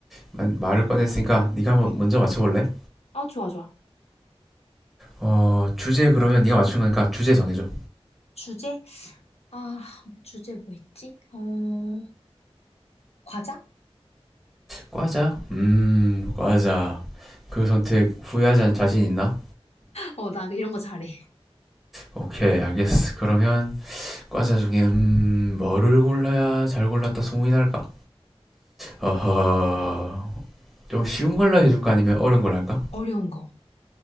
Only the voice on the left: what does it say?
응.
아, 좋아, 좋아.
주제? 아, 주제 뭐 있지? 어, 과자?
어, 나 이런 거 잘해.
어려운 거.